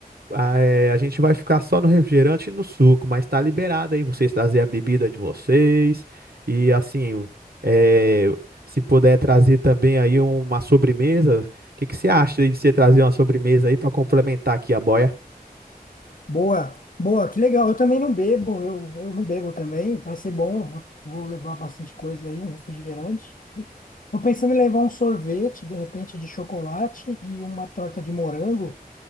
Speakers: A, on the right (about 80°); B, on the left (about 60°).
A: ah, é, a gente vai ficar só no refrigerante e no suco, mas tá liberado aí vocês trazer a bebida de vocês. E assim, é, se puder trazer também aí uma sobremesa, o que que você acha de você trazer uma sobremesa aí para complementar aqui a boia?
B: Boa, boa, que legal, eu também não bebo, eu, eu não bebo também, vai ser bom, eu vou, vou levar bastante coisa aí, um refrigerante. Tô pensando em levar um sorvete, de repente, de chocolate e uma torta de morango.